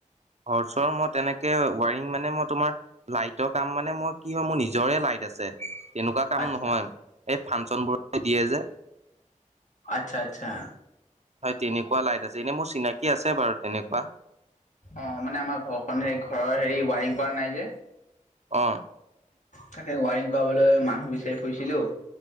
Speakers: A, on the right; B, on the left.
A: ঘৰ চৰ মই তেনেকে ৱাৰিং মানে মই তোমাৰ লাইটৰ কাম মানে মই কি হয়। মোৰ নিজৰে লাইট আছে তেনেকুৱা কাম
B: আচ্ছা
A: নহয় এই ফাংচন বোৰ দিয়ে যে।
B: আচ্ছা আচ্ছা।
A: হয় তেনেকুৱা লাইট আছে এনে মোৰ চিনাকি আছে বাৰু তেনেকুৱা
B: অ মানে আমাৰ ঘৰখন হ ঘৰৰ হেৰি ৱাৰিং কৰা নাই যে।
A: অ
B: তাকে ৱাৰিং কৰাবলৈ মানুহ বিচাৰি ফুৰিছিলো